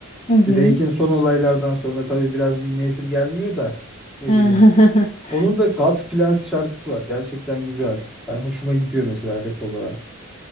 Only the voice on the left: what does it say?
Hı hı.
<laughs>